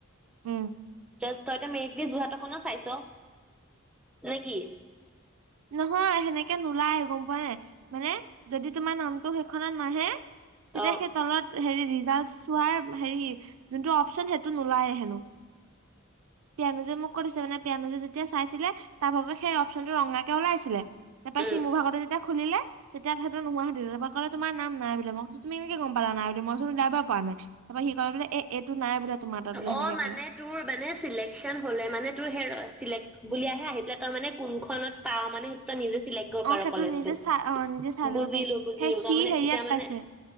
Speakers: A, on the right (about 80°); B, in the centre.
A: উম
B: তই ত মেৰিট লিষ্ট যোৰহাটৰখনো চাইছ নে কি
A: নহয় সেনেকে নোলায় গম পোৱা নাই মানে যদি তোমাৰ নামটো সেইখনত নাহে তেতিয়া
B: অ
A: সেই তলত হেৰি লছ চোৱাৰ হেৰি যোনটো অপচন সেইটো নোলায় হেনো পিয়ানোজে মোক কৈ থৈছে মানে পিয়ানোজে যেতিয়া চাইছিলে তাৰ সেই অপশচনটো ৰাঙা কে কে ওলাইছিলে তাৰ পৰা
B: উম
A: সি মোৰ ভাগটো যেতিয়া খুলিলে তেতিয়া নোহো হৈ থাকিলে তাৰ পৰা কলে তোমাৰ নাম নাই বুলি মই সুধিছো তুমি কেনেকে গম পালা নাই বুলি মইচো ওলিযাবই পৰা নাই তাৰপা সি কলে বোলে এই এইটোত নাই বোলে তোমাৰ তাত বোলে
B: অ
A: সেনেকে
B: মানে
A: ক'লে
B: তোৰ মানে চিলেকচন হলে মানে তোৰ হে চিলেক বুলি আহে আহি পেলাই তই মানে কোনখনত পাৱ মানে সেইটো তই নিজে চিলেক্ট কৰিব
A: অ
B: পাৰ
A: সেইটো
B: কলেজটো।
A: নিজে চাই অ নিজে চাই
B: বুজিলো
A: ল'ব পাৰি
B: বুজিলো
A: সেই
B: তাৰ
A: সি
B: মানে
A: হেৰিয়াত
B: এতিয়া মানে
A: পাইছে